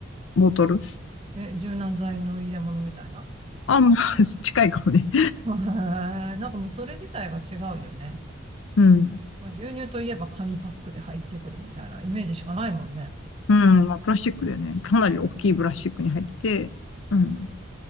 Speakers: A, on the left (about 80°); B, on the right (about 30°).
A: ボトル。<laughs>
B: え、柔軟剤の入れ物みたいな
A: あ、まあ、<laughs> 近いかもね。
B: へえ、なんかもうそれ自体が違うよね。
A: うん。
B: まあ、牛乳といえば紙パックで入ってくるみたいなイメージしかないもんね。
A: うん。まあ、プラスチックだよね。かなり大きいプラスチックに入ってて。うん。